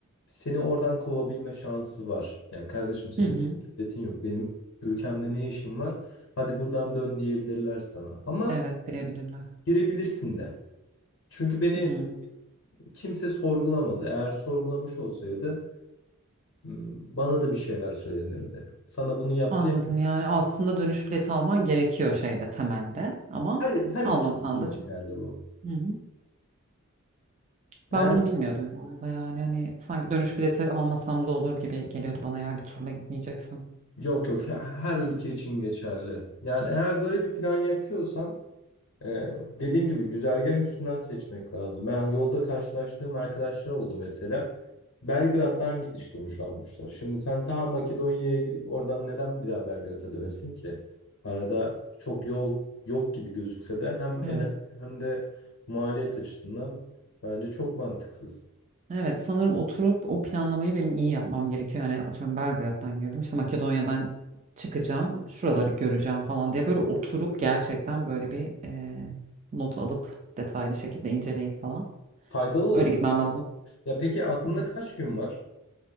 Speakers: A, on the left; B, on the right.
A: seni oradan kovabilme şansı var. Yani kardeşim senin
B: hı hı.
A: devletin yok. Benim ülkemde ne işin var? Hadi buradan dön diyebilirler sana. Ama
B: Evet diyebilirler.
A: girebilirsin de. Çünkü beni
B: hı.
A: kimse sorgulamadı. Eğer sorgulamış olsaydı m, bana da bir şeyler söylenirdi. Sana bunu yap
B: Anladım
A: diye.
B: yani aslında dönüş bileti alman gerekiyor şeyde temelde ama
A: Her, her ülke
B: almasan
A: için
B: da
A: geçerli
B: çok.
A: bu.
B: Hı hı. Ben
A: Eğer
B: bunu bilmiyordum bu arada yani hani sanki dönüş bileti almasam da olur gibi geliyordu bana eğer bir turla gitmeyeceksin.
A: yok yok her ülke için geçerli. Yani eğer böyle bir plan yapıyorsan Ee, dediğim gibi güzergah üstünden seçmek lazım. Ben yolda karşılaştığım arkadaşlar oldu mesela. Belgrad'dan gidiş dönüş almışlar. Şimdi sen ta Makedonya'ya gidip oradan neden bir daha Belgrad'a dönesin ki? Arada çok yol yok gibi gözükse de hem
B: Evet.
A: enerji hem de maliyet açısından bence çok mantıksız.
B: Evet sanırım oturup o planlamayı benim iyi yapmam gerekiyor. Yani atıyorum Belgrad'dan girdim işte Makedonya'dan çıkacağım şuraları göreceğim falan diye böyle oturup gerçekten böyle bir e, not alıp detaylı şekilde inceleyip falan
A: Faydalı olur.
B: öyle gitmem lazım.
A: Ya peki aklında
B: Evet.
A: kaç gün var?